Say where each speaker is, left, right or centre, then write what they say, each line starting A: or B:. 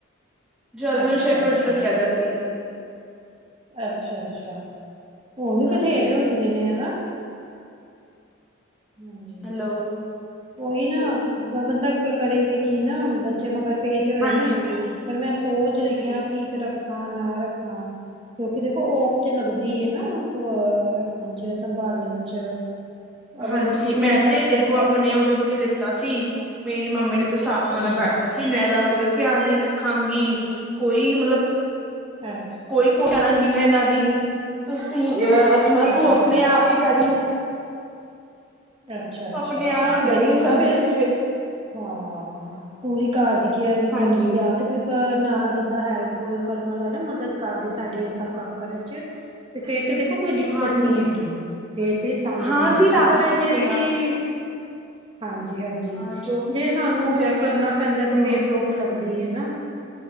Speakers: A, in the centre; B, on the right (about 25°).
A: ਜਰਮਨ
B: ਅੱਛਾ
A: ਸ਼ੈਫਰਡ
B: ਅੱਛਾ
A: ਰੱਖਿਆ ਦਾ ਸੀ।
B: ਅੱਛਾ ਅੱਛਾ ਹੋ ਵੀ
A: ਹਾਂਜੀ
B: ਬਥੇਰੇ ਹੁੰਦੇ ਨੇ ਹਨਾ ਹਾਂਜੀ
A: ਹੈਲੋ
B: ਉਹੀ ਨਾ ਬੰਦਾ ਕਰੇ ਵੀ ਕੀ ਨਾ ਹੁਣ ਬੱਚੇ ਮਗਰ ਪਏ ਤੇ ਹੋਏ
A: ਹਾਂਜੀ
B: ਨੇ ਪਰ ਮੈਂ ਸੋਚ ਰਹੀ ਹਾਂ ਕਿ ਰੱਖਾਂ ਨਾ ਰੱਖਾਂ ਕਿਉਂਕਿ ਦੇਖੋ ਔਖ ਤੇ ਲੱਗਦੀ ਹੈ ਨਾ ਕੋਯਾ ਰੱਖਣ ਚ ਸੰਭਾਲਣ ਚ ਅਗਰ
A: ਹਾਂਜੀ
B: ਅਸੀਂ ਕਿਸੇ
A: ਮੈਂ
B: ਨੂੰ ਰੱਖਦੇ
A: ਤੇ ਦੇਖੋ
B: ਹਾਂ
A: ਆਪਣੇ
B: ਅਗਰ
A: ਉਹਦੇ ਉੱਤੇ ਲਿੱਤਾ ਸੀ। ਮੇਰੀ ਮੰਮੀ ਨੇ ਤੇ ਸਾਫ਼ ਮਨਾ
B: ਹਮ
A: ਕਰਤਾ ਸੀ ਮੈਂ ਐਦਾ ਕੋਈ ਧਿਆਨ ਨਹੀਂ ਰੱਖਾਂਗੀ ਕੋਈ ਮਤਲਬ
B: ਅੱਛਾ
A: ਕੋਈ ਪੋ ਕਰਾਂਗੀ ਮੈਂ ਇਹਨਾਂ ਦੀ ਤੁਸੀਂ ਅ ਤੂੰ ਨਾ ਤੂੰ
B: ਅੱਛਾ
A: ਆਪਣੇ
B: ਅੱਛਾ
A: ਆਪ ਹੀ ਕਰੀ।
B: ਅੱਛਾ ਅੱਛਾ
A: ਆਪਣੇ ਆਪ
B: ਹਾਂ
A: ਹੀ ਕਰੀ
B: ਦੇਖੋ
A: ਸਭ
B: ਨਾ ਫਿਰ
A: ਤੇ
B: ਹਾਂ ਪੂਰੀ ਘਾਰ ਦੀ ਕੇਅਰ ਵੀ
A: ਹਾਂਜੀ।
B: ਕਰਨੀ ਪਈ ਯਾਂ ਤੇ ਕੋਈ ਬਾਹਰ ਨਾਲ ਬੰਦਾ ਹੈਲਪ ਹੁਲਪ ਕਰਨ ਵਾਲਾ ਹੋਏ ਨਾ ਮਦਦ ਕਾਰਦੇ ਸਾਡੀ ਇਹ ਸਭ ਕੰਮ ਕਰਨ ਚ ਤੇ ਫੇਰ ਤਾਂ ਦੇ ਖੋ ਕੋਈ ਦਿੱਕਤ
A: ਹਾਂਜੀ
B: ਨੀ ਹੈਗੀ। ਫੇਰ ਤੇ ਸਾਂਭੇ
A: ਹਾਂ
B: ਜਾਂਦੇ
A: ਅਸੀਂ ਰੱਖ
B: ਨੇ ਪਰ
A: ਸਕਦੇ
B: ਅਸੀਂ
A: ਹਾਂ
B: ਹਾਂਜੀ ਹਾਂਜੀ
A: ਹਾਂ ਜੋ
B: ਜੇ ਸਾਨੂੰ
A: ਜਿਵੇਂ
B: ਕਰਨਾ
A: ਹਮ
B: ਪੈਂਦਾ ਤੇ ਫੇਰ ਤੇ ਔਖ ਦੀ ਹੈ ਨਾ